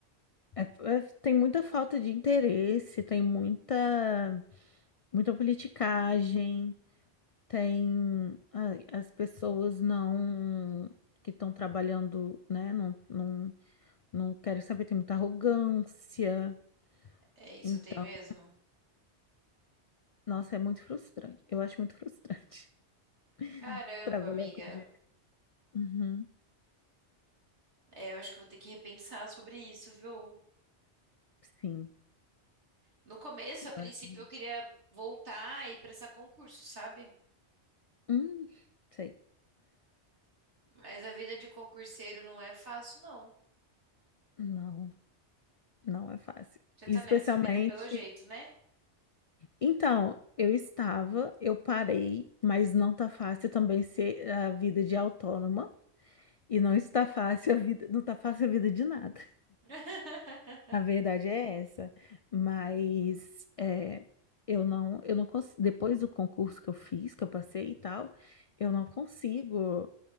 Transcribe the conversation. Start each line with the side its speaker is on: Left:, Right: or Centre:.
Left: É- é- tem muita falta de interesse, tem muita, muita politicagem, tem ai, as pessoas não que estão trabalhando, né? Não, não, não querem saber, tem muita arrogância.
Right: É isso,
Left: Então,
Right: tem mesmo?
Left: nossa, é muito frustrante. Eu acho muito frustrante <laughs>
Right: Caramba,
Left: trabalhar
Right: amiga.
Left: com dinheiro. Uhum,
Right: É, eu acho que eu vou ter que repensar sobre isso, viu?
Left: sim,
Right: No começo, a
Left: eu
Right: princípio,
Left: acho.
Right: eu queria voltar e prestar concurso, sabe?
Left: Hum, sei.
Right: Mas a vida de concurseiro não é fácil, não.
Left: Não, não é fácil.
Right: Você
Left: Especialmente.
Right: tá nessa vida pelo jeito, né?
Left: Então, eu estava, eu parei, mas não tá fácil também ser a vida de autônoma e não está fácil a vida, não tá fácil a vida de nada.
Right: <laughs>
Left: A verdade é essa. Mas é, eu não, eu não consigo, depois do concurso que eu fiz, que eu passei e tal, eu não consigo